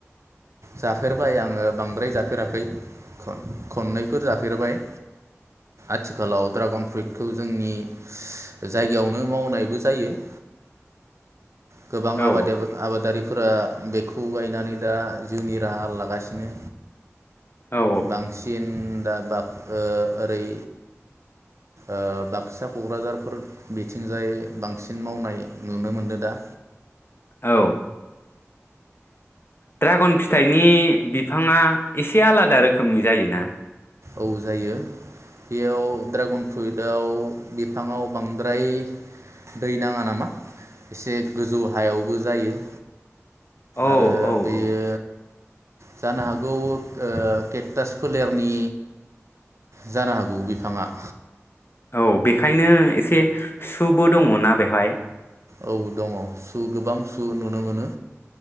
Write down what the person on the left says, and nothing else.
औ
औ
औ ड्रागन फिथाइनि बिफाङा एसे आलादा रोखोमनि जायोना
औ
औ
औ
औ बेखायनो एसे सुबो दङ ना बेवहाय?